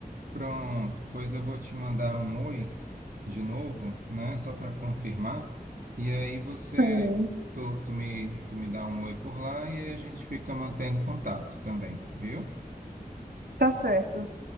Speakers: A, on the right; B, on the right.
A: Pronto, pois eu vou te mandar um oi de novo, né? Só para confirmar. E aí você,
B: Sim.
A: tu, tu me, tu me dá um oi por lá e aí a gente fica mantendo contato também, viu?
B: Tá certo.